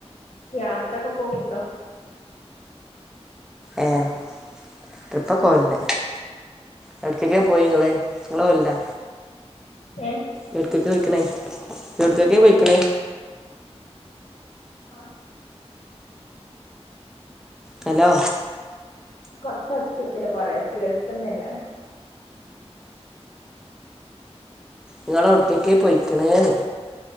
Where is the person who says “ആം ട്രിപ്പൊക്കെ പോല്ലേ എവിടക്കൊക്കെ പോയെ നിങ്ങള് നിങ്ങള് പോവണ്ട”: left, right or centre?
Centre